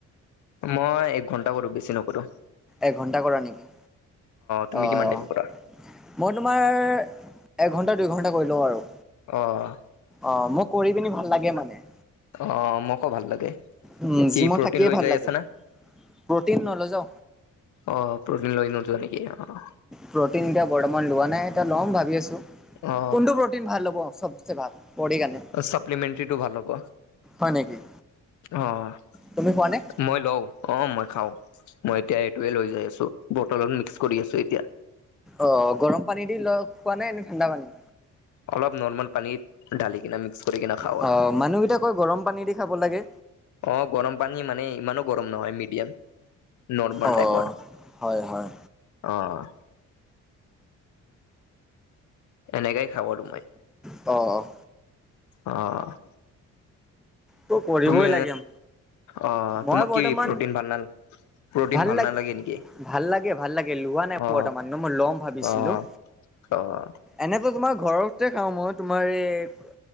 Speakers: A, on the left; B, in the centre.
A: মই এক ঘণ্টা কৰোঁ, বেছি নকৰোঁ।
B: এঘণ্টা কৰা নেকি?
A: তুমি
B: অ'।
A: কিমান টাইম কৰা
B: মই তোমাৰ এঘণ্টা দুইঘণ্টা কৰি লওঁ আৰু।
A: অ'।
B: অ' মোক কৰি পিনি ভাল লাগে মানে।
A: অ' মকো ভাল লাগে।
B: উম,
A: কি
B: জিমত
A: প্ৰটিন
B: থাকিয়ে
A: লৈ
B: ভাল
A: যাই
B: লাগে।
A: আছা না
B: প্ৰটিন নল যা
A: অ' প্ৰ'টিন লৈ নোযোৱা নেকি? অ'।
B: প্ৰটিন এতিয়া বৰ্তমান লোৱা নাই, এতিয়া ল'ম ভাবি আছোঁ।
A: অ
B: কোনটো প্ৰটিন ভাল হ'ব চব চে ভাল ভডিৰ কাৰনে?
A: চাপ্লিমেণ্টৰীটো ভাল হ'ব
B: হয় নেকি?
A: অ'।
B: তুমি খোৱা নে?
A: মই লওঁ, অ' মই খাওঁ, মই এতিয়া এইটোৱে লৈ যাই আছোঁ, বটলত মিক্স কৰি আছোঁ এতিয়া।
B: অ' গৰম পানী দি ল খোৱা নাই নে ঠাণ্ডা পানী?
A: অলপ নৰ্মেল পানীত ডালি কিনে মিক্স কৰি কিনে খাওঁ
B: অ
A: আৰু।
B: মানুহকেইটা কয় গৰম পানী দি খাব লাগে।
A: অ' গৰম পানী মানে ইমানো গৰম নহয় মিডিয়াম। নৰ্মাল
B: অ
A: টাইপৰ
B: হয় হয়।
A: অ'। এনেকাই খাওঁ আৰু মই।
B: অ', অ'।
A: অ'।
B: টো কৰিবই
A: তুমি
B: লাগিম,
A: অ
B: মই
A: তোমাক
B: বৰ্তমান
A: কি প্ৰটিন ভাল নাল প্ৰটিন
B: ভাল লাগ,
A: নালাগে নেকি
B: ভাল লাগে ভাল লাগে, লোৱা নাই
A: অ
B: বৰ্তমানো মই লম ভাবিছিলোঁ।
A: অ অ'।
B: এনেতো তোমাৰ ঘৰতে খাওঁ মই, তোমাৰ এই